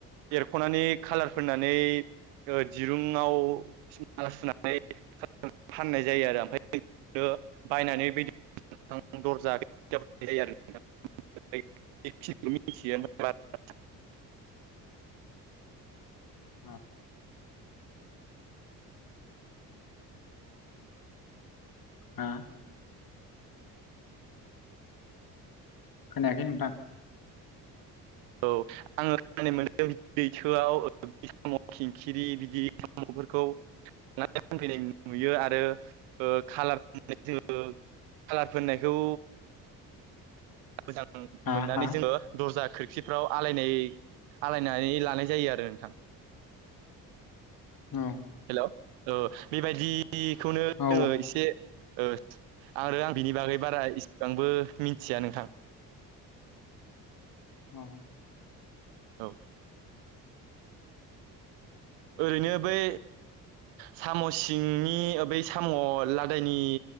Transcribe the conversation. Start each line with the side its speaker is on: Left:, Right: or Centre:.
Right: एरख'नानै खालार फोननानै दिरुंआवमाला सुनानै फाननाय जायो आरो ओमफाय <unintelligible> बायनानै बिदि दरजा जायो आरो <unintelligible> <unintelligible>
Left: अ हा खोनायाखै नोंथां
Right: औ आङो खोनानो मोनदों लैथोआव साम' खिंखिरि बिदि <unintelligible> साम'फोरखौ फानफैनाय नुयो आरो कालार होनाय जोङो कालार फोननायखौ मोजां
Left: हा
Right: मोननानै
Left: हा
Right: जोङो दरजाखो खोरखिफ्राव आलायनाय आलायनानै लानाय जायो आरो नोंथां
Left: औ
Right: हेलौ ओ बेबायाददिखौनो
Left: औ
Right: जोङो इसे ओ आं आरो आं बिनि बागै बारा इसिबांबो मिथिया नोंथां। <inaudible>
Left: औ
Right: औ ओरैनो बै साम' सिंनि बै साम' लादायनि